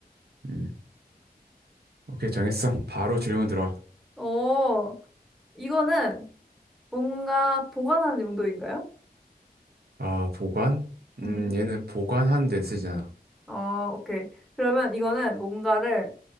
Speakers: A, on the right (about 75°); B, in the centre.
A: 음, 오케이, 정했어. 바로 질문 들어와.
B: 어, 이거는 뭔가 보관하는 용도인가요?
A: 아, 보관?
B: 음.
A: 음, 얘는 보관하는 데 쓰지 않아.
B: 어, 오케이. 그러면 이거는 뭔가를